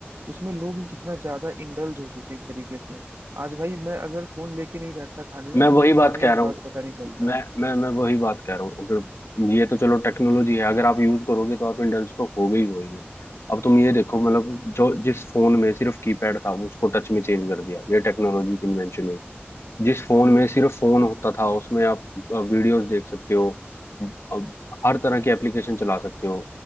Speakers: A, on the right; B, on the left.
A: उसमें लोग ही कितना ज्यादा इंडल्ज हो चुके हैं एक तरीके से आज भाई मैं अगर फोन लेके नहीं बैठता खाने ना
B: मैं
A: तो
B: वही
A: मुझे
B: बात
A: खाने
B: कह
A: का
B: रहा
A: स्वाद
B: हूँ
A: पता नहीं चलता
B: मैं मैं मैं वही बात कह रहा हूँ अगर ये तो चलो टेक्नोलॉजी है अगर आप यूज करोगे तो आप इंडल्ज तो हो गई होगी अब तुम ये देखो मतलब जो जिस फोन में सिर्फ कीपैड था वो उसको टच में चेंज कर दिया ये टेक्नोलॉजी की इन्वेंशन हुई जिस फोन में सिर्फ फोन होता था उसमें आप वीडियोस देख सकते हो अब हर तरह की एप्लीकेशन चला सकते हो